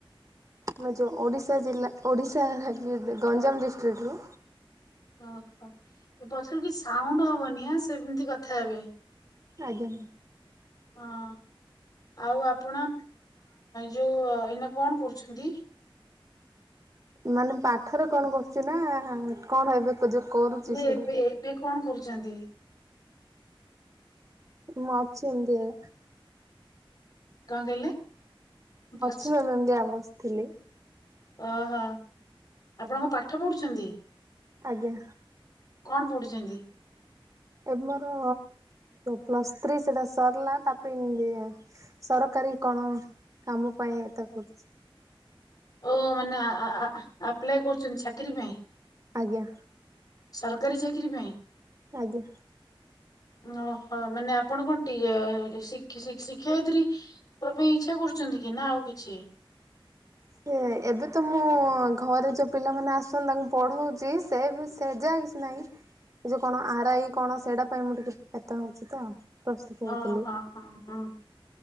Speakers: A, on the right (about 35°); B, on the left (about 45°).
A: ମୁଁ ଯେଉଁ ଓଡ଼ିଶା ଜିଲ୍ଲା ଓଡ଼ିଶା ରାଜ୍ୟ ଗଞ୍ଜାମ ଡିଷ୍ଟ୍ରିକ୍ଟରୁ
B: ଓହୋ ପଛରୁ କିଛି ସାଉଣ୍ଡ ହବନି ଆଁ ସେମିତି କଥା ହେବେ
A: ଆଜ୍ଞା
B: ହଁ ଆଉ ଆପଣ ଯୋଉ ଏଇନା କଣ କରୁଛନ୍ତି।
A: ମାନେ ପାଠରେ କଣ କରୁଚି ନା କଣ ଏବେ। କରୁଛି
B: ନାଇଁ
A: ସେଇଟା
B: ଏବେ ଏବେ କଣ କରୁଛନ୍ତି। କରୁଛନ୍ତି।
A: ମୁଁ ଅଛି ଏମିତିଆ।
B: କଣ କହିଲେ। ଫାର୍ଷ୍ଟ
A: <unintelligible> ଥିଲେ।
B: ଓହୋ ଆପଣ କଣ ପାଠ ପଢୁଛନ୍ତି।
A: ଆଜ୍ଞା।
B: କଣ ପଢୁଛନ୍ତି।
A: ଏ ମୋର ପ୍ଲସ୍ ଥ୍ରୀ ସେଟା ସରିଲା ତା ପାଇଁ ସରକାରୀ କଣ କାମ ପାଇଁ ଏତେ କରୁଛି।
B: ଓ ମାନେ ଆପ୍ଲାଏ କରୁଛନ୍ତି ଚାକିରି ପାଇଁ।
A: ଆଜ୍ଞା।
B: ସରକାରୀ ଚାକିରି ପାଇଁ।
A: ଆଜ୍ଞା
B: ଓହୋ ମାନେ ଆପଣ କଣ ଟି ଶିକ୍ଷୟିତ୍ରୀ ପାଇଁ ଇଚ୍ଛା କରୁଛନ୍ତି କି ନା ଆଉ କିଛି?
A: ସେ ଏବେ ତ ମୁଁ ଘରେ ଯୋଉ ପିଲାମାନେ ଆସନ୍ତି ତାଙ୍କୁ ପଢଉଛି ସେ ସେ ଯା କିଛି ନାହିଁ ଏ ଯୋଉ କଣ ଆରଆଇ କଣ ସେଇଟା ପାଇଁ ମୁଁ ଟିକେପ୍ରିପାର ହଉଛି ତ। ପ୍ରସ୍ତୁତ ହଉଥିଲି।
B: ଓ ହୋ ହଁ ହଁ।